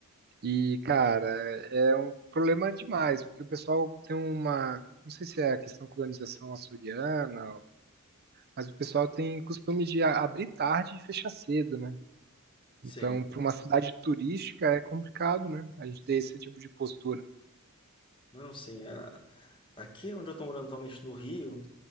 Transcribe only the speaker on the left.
Sim,
não, sim. a- Aqui onde eu estou morando atualmente no Rio.